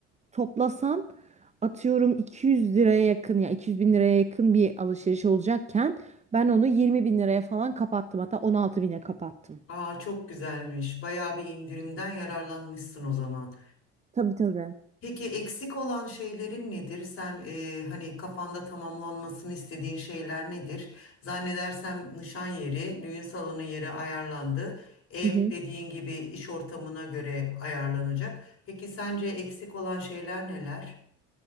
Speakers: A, on the right (about 25°); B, on the left (about 50°).
A: toplasan atıyorum 200 liraya yakın ya 200 bin liraya yakın bir alışveriş olacakken ben onu 20 bin liraya falan kapattım hatta 16 bine kapattım.
B: Aa çok güzelmiş. Bayağı bir indirimden yararlanmışsın o zaman.
A: Tabii tabii.
B: Peki eksik olan şeylerin nedir? Sen e, hani kafanda tamamlanmasını istediğin şeyler nedir? Zannedersem nişan yeri, düğün salonu yeri ayarlandı. Ev
A: Hı hı.
B: dediğin gibi iş ortamına göre ayarlanacak. Peki sence eksik olan şeyler neler?